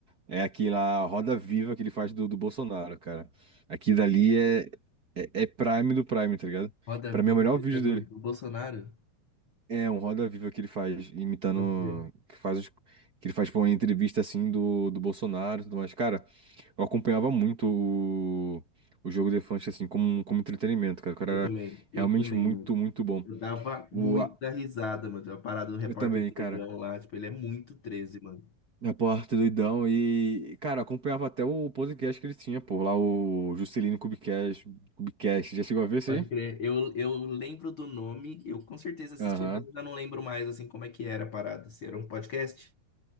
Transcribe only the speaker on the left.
Roda
Viva,
que
é do,
do Bolsonaro.
Pode crer.
Eu
também,
eu também,
mano.
Eu dava
muita risada, mano. A parada do repórter
doidão lá, tipo, ele é muito 13, mano.
Pode
crer. Eu, eu lembro do nome, eu com certeza assisti,
mas eu já não lembro mais, assim, como é que era a parada. Se era um podcast?